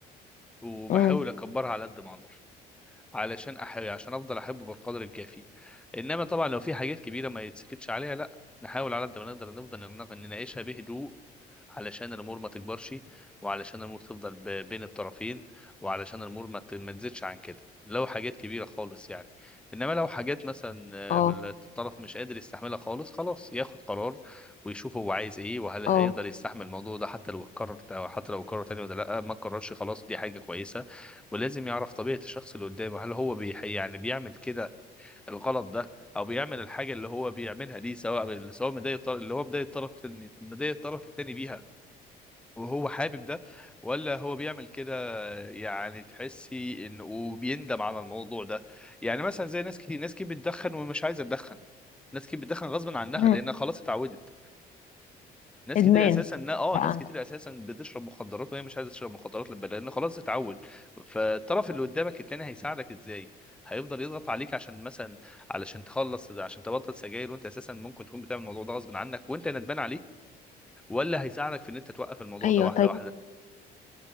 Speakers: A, in the centre; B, on the left.
A: وبحاول
B: امم
A: اكبرها على قد ما اقدر علشان احب عشان افضل احبه بالقدر الكافي انما طبعا لو في حاجات كبيره ما يتسكتش عليها لا نحاول على قد ما نقدر نفضل نناقشها بهدوء علشان الامور ما تكبرش وعلشان الامور تفضل ب- بين الطرفين وعلشان الامور ما ت- ما تزيدش عن كده لو حاجات كبيره خالص يعني انما لو حاجات مثلا آه،
B: اه
A: الطرف مش قادر يستحملها خالص خلاص ياخد قرار ويشوف هو عايز ايه وهل هيقدر
B: اه
A: يستحمل الموضوع ده حتى لو اتكرر أو حتى لو اتكرر تاني ولا لا ما اتكررش خلاص دي حاجه كويسه ولازم يعرف طبيعه الشخص اللي قدامه هل هو بي يعني بيعمل كده الغلط ده او بيعمل الحاجه اللي هو بيعملها دي سواء سواء مضايق الطرف- اللي هو مضايق الطرف مضايق الطرف التاني بيها وهو حابب ده ولا هو بيعمل كده يعني تحسي انه وبيندم على الموضوع ده يعني مثلا زي ناس كتير ناس كتير بتدخن ومش عايزه تدخن ناس كتير بتدخن غصب عنها
B: أمم.
A: لان خلاص اتعودت ناس
B: ادمان
A: كتير اساسا نا- اه
B: بقى
A: ناس
B: عندك.
A: كتير اساسا بتشرب مخدرات وهي مش عايزه تشرب مخدرات لب- لان خلاص اتعود فالطرف اللي قدامك التاني هيساعدك ازاي هيفضل يضغط عليك عشان مثلا علشان تخلص عشان تبطل سجاير وانت اساسا ممكن تكون بتعمل الموضوع ده غصب عنك وانت ندمان عليه ولا هيساعدك في ان انت توقف الموضوع
B: ايوه
A: ده واحده
B: طيب